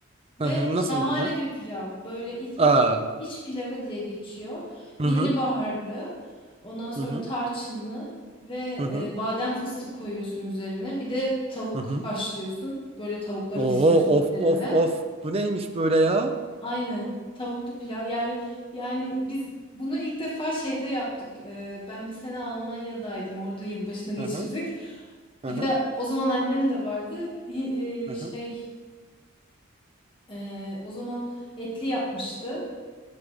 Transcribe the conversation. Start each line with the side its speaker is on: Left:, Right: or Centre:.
Left: Ve
Right: Hı hı. Nasıl
Left: şahane
Right: bir plan?
Left: bir pilav. Böyle iç,
Right: Aa.
Left: iç pilavı diye geçiyor.
Right: Hı
Left: Yeni
Right: hı.
Left: baharlı, ondan sonra
Right: Hı hı.
Left: tarçınlı ve
Right: Hı hı.
Left: e, badem fıstık koyuyorsun üzerine. Bir de tavuk
Right: Hı hı.
Left: haşlıyorsun. Böyle tavukları
Right: Oo,
Left: diziyorsun üzerine.
Right: of of of. Bu neymiş böyle ya?
Left: Aynen. Tavuklu pilav. Yani yani biz bunu ilk defa şeyde yaptık. E, ben bir sene Almanya'daydım. Orada yılbaşını geçirdik.
Right: Hı hı. Hı
Left: Bir
Right: hı.
Left: de o zaman annem de vardı. Hi-
Right: Hı
Left: E,
Right: hı.
Left: şey e, o zaman etli yapmıştı.